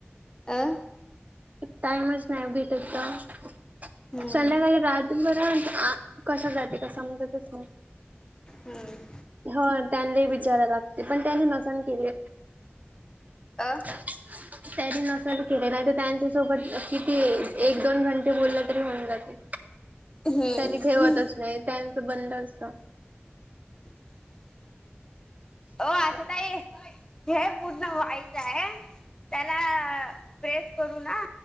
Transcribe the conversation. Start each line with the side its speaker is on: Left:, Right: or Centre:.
Left: अ
Right: टाईमच नाय भेटत ग,
Left: हम्म
Right: संध्याकाळी रात भर आ कसं जाते काय समजंतच नाय.
Left: हम्म.
Right: हो त्यांनले ही विचाराय लागते, पण त्यांनी नसणं केली.
Left: अं?
Right: <inaudible> त्यांनी नसल केले नाय तर त्यांच्यासोबत किती एक दोन घंटे बोलले तरी होऊन जाते.
Left: हम्म
Right: त्यांनी ठेवतच नाय त्यांचं बंद असतं.
Left: <inaudible> वो आशाताई हे पूर्ण व्हायचाय त्याला प्रेस करू ना?